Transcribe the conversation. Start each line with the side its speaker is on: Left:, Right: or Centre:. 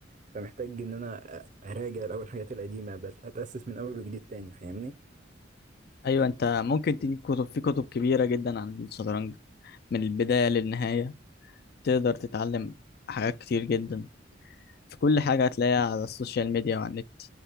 Right: فمحتاج ان انا أ- اراجع الاول الحاجات القديمة بس اتأسس من اول وجديد تاني فاهمني
Left: ايوه انت ممكن تجيب كتب في كتب كبيرة جدا عن الشطرنج من البداية للنهاية تقدر تتعلم حاجات كتير جدا في كل حاجة هتلاقيها على السوشيال ميديا وعلى النت